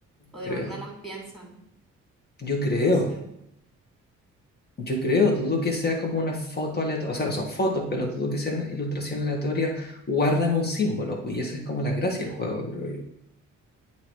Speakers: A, in the centre; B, on the left (about 35°).
A: o
B: creo.
A: de verdad las piensan,
B: Yo creo,
A: no sé.
B: yo creo, dudo que sea como una foto aleatoria, o sea, no son fotos, pero dudo que sean ilustraciones aleatorias, guardan un símbolo, pues, y esa es como la gracia del juego, creo yo.